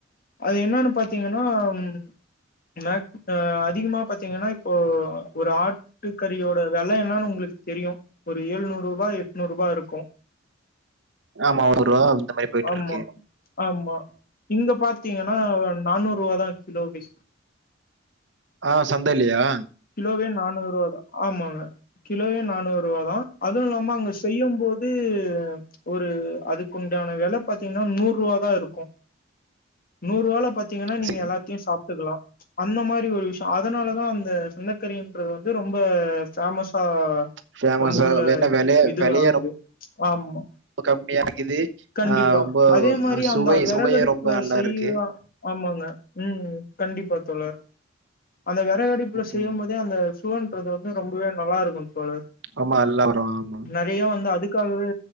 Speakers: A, on the left (about 45°); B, on the right (about 65°).
A: அது என்னனு பாத்தீங்கனா ம் மத் அ அதிகுமா பாத் தீங்கனா இப்போ ஒரு ஆட்டு கறியோட வெல என்னனு உங்ளுக்கு தெரியு ஒரு எழுநூருபா எட்நூருபா இருக்கு
B: ஆமா ஒரு ரூவா அந்த மாரி போயிட்டுருக்கு.
A: ஆமா ஆமா இங்க பாத்தீங்கன்னா நானூறு ரூவா தா கிலோவே
B: ஆ சந்தையிலேயா
A: கிலோவே நானூறு ரூவ தா ஆமாங்க கிலோவே நானூறு ரூப தா அது இல்லாம அங்க செய்யும்போது ஒரு அதுக்குண்டான வெல பாத்தீங்கன்னா நூறு ரூவ தா இருக்கு நூறு ரூவால பாத்தி பாத்திங்கன்னா நீங்க
B: சரி.
A: எல்லாத்தையு சாப்பிட்டுக்கலா அந்த மாரி ஒரு விஷியோ அதனாலதா அந்த சந்தக்கறிங்குரது வந்து இது ரொம்ப பேஃஸா
B: ஃபேமஸா
A: நம்ம ஊர்ல
B: என்ன விலை
A: இது
B: விலையா
A: ஆகுது
B: ரொம்ப
A: ஆமா
B: கம்மியாக்குது
A: கண்டிப்பா
B: ஆ ரொம்ப
A: அதே மாரி
B: அஹ் சுவை
A: அந்த வெறகடுப்புல
B: சுவையே ரொம்ப நல்லா
A: செய்வா
B: இருக்கு.
A: ஆமாங்க ம் கண்டிப்பா தோழர் அந்த வெரகடுப்புல செ செய்யும்போதே
B: ம்
A: அந்த சுவன்றது வந்து ரொம்பவே நல்லா இருக்கு தோழர்
B: ஆமா எல்லா வருவாங்க ப்ரோ
A: நறையா வந்து அதுக்காகவே